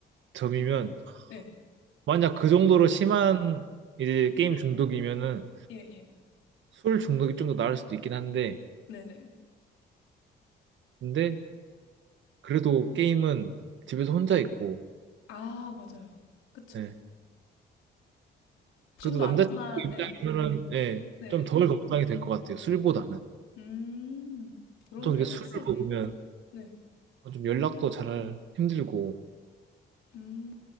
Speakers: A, on the right; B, on the left.
A: 점이면,
B: 네.
A: 만약 그 정도로 심한 이제 게임 중독이면은
B: 예, 예.
A: 술 중독이 좀 더 나을 수도 있긴 한데,
B: 네네.
A: 근데 그래도 게임은 집에서 혼자 있고,
B: 아, 맞아요. 그쵸.
A: 예.
B: 좀
A: 그래도
B: 더
A: 남자친구
B: 안전한,
A: 입장에서는,
B: 네.
A: 예,
B: 네네.
A: 좀 덜 걱정이 될 것 같아요. 술보다는.
B: 음, 그렇네요.
A: 보통 이렇게 술을
B: 확실히.
A: 먹으면
B: 네.
A: 좀 연락도 잘 힘들고,
B: 음,